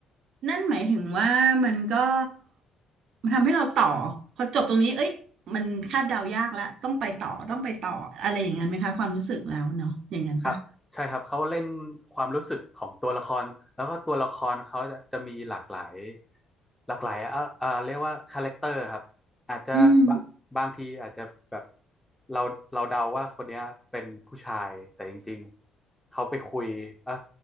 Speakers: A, on the right; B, in the centre.
A: นั่นหมายถึงว่ามันก็ทำให้เราต่อพอจบตรงนี้เอ้ยมันคาดเดายากแล้วต้องไปต่อต้องไปต่ออะไรอย่างนั้นไหมคะความรู้สึกแล้วเนาะอย่างนั้นปะ
B: ครับใช่ครับเขาเล่นความรู้สึกของตัวละครแล้วก็ตัวละครเขาจะจะมีหลากหลายหลากหลายเอ่อเอ่อเรียกว่าคาแรคเตอร์ครับอาจจะบะบางทีอาจจะแบบ
A: อืม
B: เราเราเดาว่าคนเนี้ยเป็นผู้ชายแต่จริงๆเขาไปคุยเอ่ะ